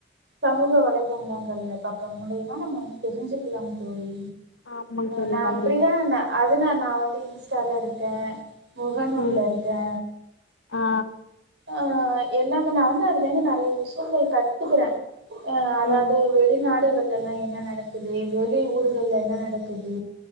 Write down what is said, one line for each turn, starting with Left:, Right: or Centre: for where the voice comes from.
Right: சமூக வலைதளங்கள்ல பக்கம் மூலியமா நம்ம வந்து தெரிஞ்சிக்கலாம் தோழி.
Left: ஆமாங் தோழி
Right: நா
Left: கண்டிப்பா
Right: அப்டிதா நா அதனா நா வந்து இன்ஸ்டால இருக்கே. முகநூல்ல
Left: ம்
Right: இருக்கே
Left: ஆ
Right: ஆஹ் எல்லாமு நா வந்து அதுல இருந்து நெறைய விஷயங்கள் கத்துக்றே. ஆஹ் அதாவது
Left: ம்
Right: வெளிநாடுகள் தெல்லா என்ன நடக்குது வெளி ஊர்கள்ல என்ன நடக்கு குது